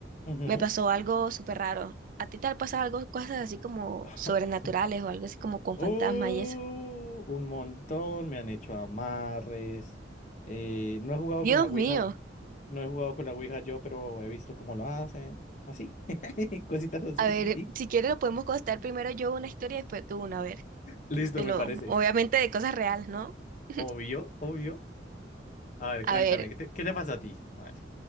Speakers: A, on the left (about 45°); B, on the right (about 50°).
A: Ujú.
B: me pasó algo súper raro. ¿A ti te ha pasado algo, cosas así como
A: <laughs>
B: sobrenaturales o algo así como con
A: Oh,
B: fantasmas y eso?
A: un montón, me han hecho amarres. Eh, no he jugado
B: Dios
A: con la Ouija,
B: mío.
A: no he jugado con la Ouija yo, pero he visto cómo lo hacen. Así, <laughs> cositas así.
B: A ver, si quieres lo podemos contar primero yo una historia y después tú una, a ver.
A: Listo,
B: Te
A: me
B: lo,
A: parece.
B: obviamente de cosas reales, ¿no? <laughs>
A: Obvio, obvio. A ver,
B: A
A: cuéntame,
B: ver.
A: ¿qué te, qué te pasa a ti? A ver.